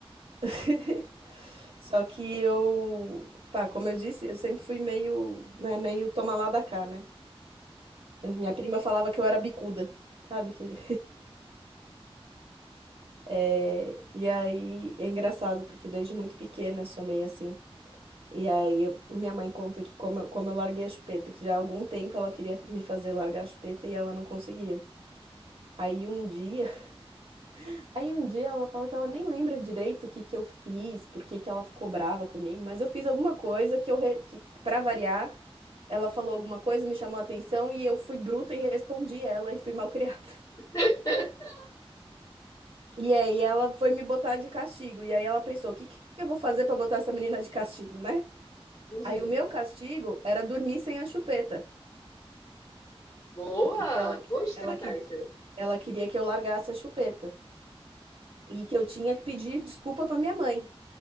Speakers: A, on the right; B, on the left.
A: <laughs> Só que eu, pá, como eu disse, eu sempre fui meio, né, meio toma lá da cá, né? Minha prima falava que eu era bicuda, sabe? Que... É... E aí é engraçado, porque desde muito pequena eu sou meio assim. E aí, eu- minha mãe conta que como, eu- como eu larguei a chupeta, que já há algum tempo ela queria me fazer largar a chupeta e ela não conseguia. Aí um dia, <laughs> aí um dia ela fala que ela nem lembra direito o que que eu fiz, por que que ela ficou brava comigo, mas eu fiz alguma coisa que eu re- que para variar, ela falou alguma coisa, me chamou a atenção e eu fui bruta e respondi ela e fui malcriada. <laughs>
B: <laughs>
A: E aí ela foi me botar de castigo. E aí ela pensou, o que que eu vou fazer pra botar essa menina de castigo, né?
B: Uhum.
A: Aí o meu castigo era dormir sem a chupeta.
B: Boa,
A: porque ela, que-
B: boa estratégia.
A: ela, que- ela queria que eu largasse a chupeta e que eu tinha que pedir desculpa para minha mãe.